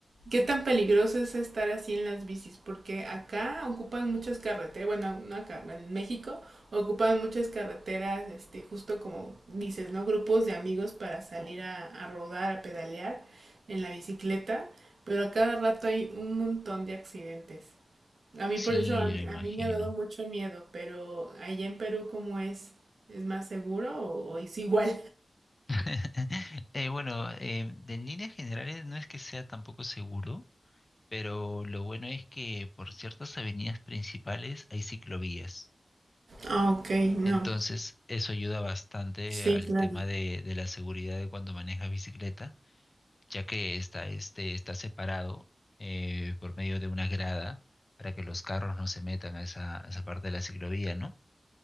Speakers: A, on the right (about 80°); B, on the left (about 40°).
A: ¿Qué tan peligroso es estar así en las bicis? Porque acá ocupan muchas carreteras, bueno, no acá, en México ocupan muchas carreteras, este, justo como dices, ¿no? Grupos de amigos para salir a, a rodar, a pedalear en la bicicleta, pero a cada rato hay un montón de accidentes. A mí
B: Sí,
A: por eso, a mí,
B: lo imagino.
A: a mí me ha dado mucho miedo, pero allá en Perú, ¿cómo es? ¿Es más seguro o, o es igual?
B: <laughs> Eh, bueno, eh, de en líneas generales no es que sea tampoco seguro, pero lo bueno es que por ciertas avenidas principales hay ciclovías.
A: Ah, ok, no.
B: Entonces, eso ayuda bastante
A: Sí,
B: al
A: claro.
B: tema de, de la seguridad de cuando manejas bicicleta ya que está, este, está separado eh, por medio de una grada para que los carros no se metan a esa, a esa parte de la ciclovía, ¿no?